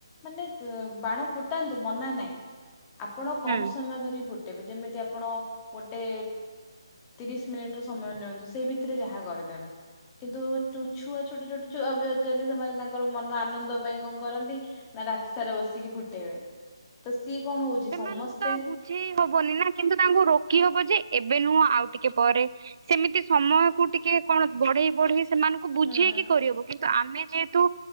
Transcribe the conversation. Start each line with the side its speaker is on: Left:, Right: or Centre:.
Left: ମାନେ ବାଣ ଫୁଟାନ୍ତୁ ମନା ନାହିଁ ଆପଣ
Right: ହୁଁ।
Left: କମ ସମୟ ଧରି ଫୁ ଯେମିତି ଆପଣ ଗୋଟେ ତିରିଶ ମିନିଟର ସମୟ ନିଅନ୍ତୁ ସେଇ ଭିତରେ ଯାହା କର ଦେ କିନ୍ତୁ ଛୁଆ ଛୋଟ ଛୋଟ ଛୁଆ ବି ଅଛନ୍ତି ସେମାନେ ତାଙ୍କର ମନ ଆନନ୍ଦ ପାଇଁ କଣ କରନ୍ତି? ନା ରାତି ସାରା ବସିକି ଫୁଟେଇବେ। ତ ସିଏ କଣ ହଉଛି?
Right: ସେମାନଙ୍କୁ
Left: ସମସ୍ତେ
Right: ତ ବୁଝେଇ ହବନି ନା କିନ୍ତୁ ତାଙ୍କୁ ରୋକି ହବ ଯେ ଏବେ ନୁହଁ ଆଉ ଟିକେ ପରେ ସେମିତି ସମୟ କୁ ଟିକେ କଣ ବଢେଇ ବଢେଇ ସେମାନଙ୍କୁ ବୁଝିେଇକି
Left: ହୁଁ
Right: କରିହବ। କିନ୍ତୁ ଆମେ ଯେହେତୁ